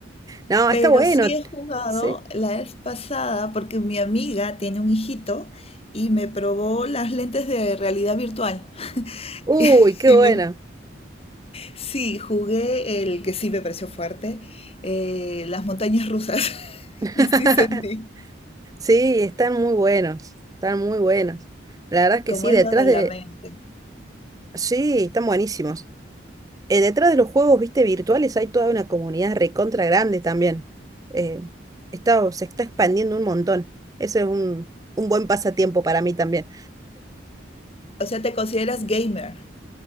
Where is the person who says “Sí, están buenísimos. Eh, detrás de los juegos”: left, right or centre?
Right